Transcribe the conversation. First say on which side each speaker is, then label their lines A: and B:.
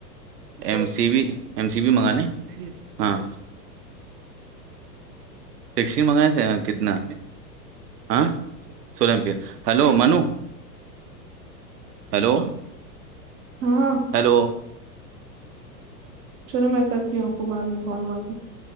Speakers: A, on the right; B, on the right.
A: ایم سی بھی ایم سی بھی منگ لے ہاں سیکشسی منگائے تھے کتنا ہاں سم کی ہلو منو ہیلو
B: ہاں
A: ہیلو
B: چلو میں کرتی ہوں آپ کو بعد میں کال واپس